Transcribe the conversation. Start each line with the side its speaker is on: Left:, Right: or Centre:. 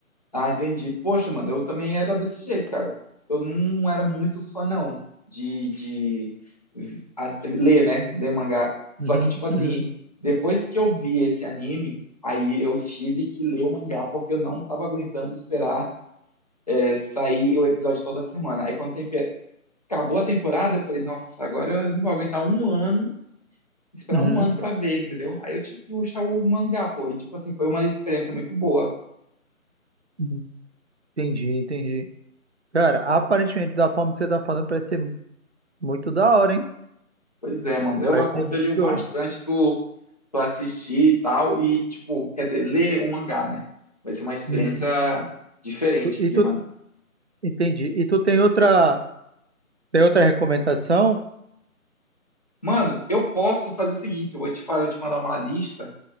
Left: Ah, entendi. Poxa, mano, eu também era desse jeito, cara. Eu não era muito fã, não, de, de a- ler, né? Ler mangá. Só
Right: Uhum,
Left: que, tipo assim,
Right: uhum,
Left: depois que eu vi esse anime, aí eu tive que ler o mangá, porque eu não tava aguentando esperar é, sair o episódio toda semana. Aí quando tem acabou a temporada, eu falei, nossa, agora eu não vou aguentar um ano, esperar
Right: uhum,
Left: um ano pra ver, entendeu? Aí eu tive que rushar o mangá, pô, e tipo assim, foi uma experiência muito boa.
Right: uhum. Entendi, entendi. Cara, aparentemente, da forma que você tá falando, parece ser muito da hora, hein?
Left: Pois é, mano, eu
Right: Parece
Left: aconselho
Right: ser muito show.
Left: bastante tu, tu assistir e tal, e tipo, quer dizer, ler o mangá, né? Vai ser uma experiência
Right: Uhum.
Left: diferente
Right: Tu- E
Left: aqui,
Right: tu,
Left: mano.
Right: entendi. E tu tem outra, tem outra recomendação?
Left: Mano, eu posso fazer o seguinte, eu vou te falar, eu te mandar uma lista